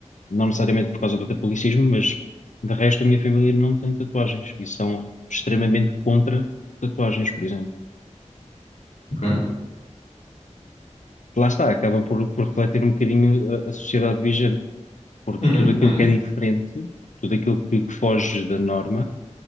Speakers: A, on the left (about 80°); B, on the left (about 65°).
A: não necessariamente por causa do catolicismo, mas de resto a minha família não tem tatuagens e são extremamente contra tatuagens, por exemplo.
B: ok.
A: Lá está, acaba por, por refletir um bocadinho a, a sociedade vigente, porque
B: Uhum,
A: tudo aquilo
B: uhum,
A: que é diferente, tudo aquilo que que foge da norma,